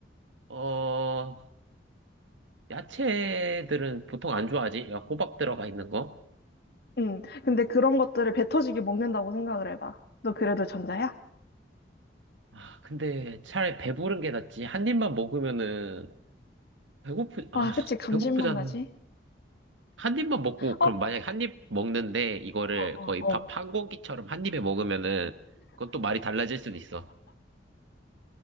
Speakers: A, on the right; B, on the left.
A: 어 야채들은 보통 안 좋아하지? 야, 호박 들어가 있는 거?
B: 응. 근데 그런 것들을 배 터지게 먹는다고 생각을 해봐. 너 그래도 전자야?
A: 아 근데 차라리 배부른 게 낫지 한 입만 먹으면은 배고프 아
B: 아, 그치. 감질맛
A: 배고프잖아.
B: 나지?
A: 한 입만 먹고,
B: 어,
A: 그럼 만약에 한입 먹는데 이거를
B: 어, 어,
A: 거의
B: 어.
A: 밥 한 공기처럼 한 입에 먹으면은 그것도 말이 달라질 수도 있어.